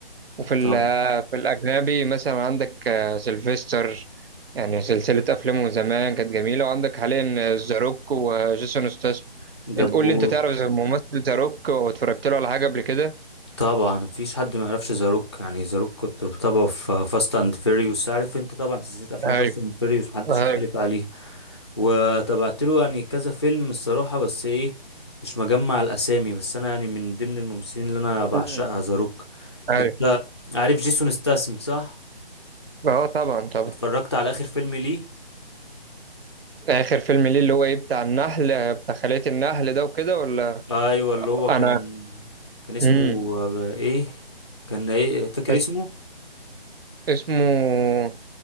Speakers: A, on the right; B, on the left.
A: وفي ال-
B: طبعا
A: آه، في الاجنبي مثلا عندك آه، سيلفستر يعني سلسله افلامه من زمان كانت جميله وعندك حاليا ذا روك وجيسون ستاثام
B: دبو
A: انت قول لي انت تعرف زي الممثل ذا روك واتفرجت له على حاجه قبل كده
B: طبعا مفيش حد ما يعرفش زاروك يعني زاروك كنت بتابعه في فاست اند فيريوس عارف انت طبعا سلسله افلام
A: ايوه
B: فاست اند فيريوس محدش
A: ايوه
B: يختلف عليها وتابعت له يعني كذا فيلم الصراحة بس ايه مش مجمع الاسامي بس انا يعني من ضمن الممثلين اللي انا بعشقها
A: مم.
B: ذا روك
A: ايوه
B: انت عارف جيسون ستاسم صح
A: اه طبعا طبعا
B: اتفرجت على اخر فيلم ليه
A: اخر فيلم ليه اللي هو ايه بتاع النحل آه، بتاع خلية النحل ده وكده ولا
B: ايوه اللي هو
A: انا
B: كان كان اسمه
A: امم
B: آه، ايه كان ايه فاكر
A: اس-
B: اسمه
A: اسمه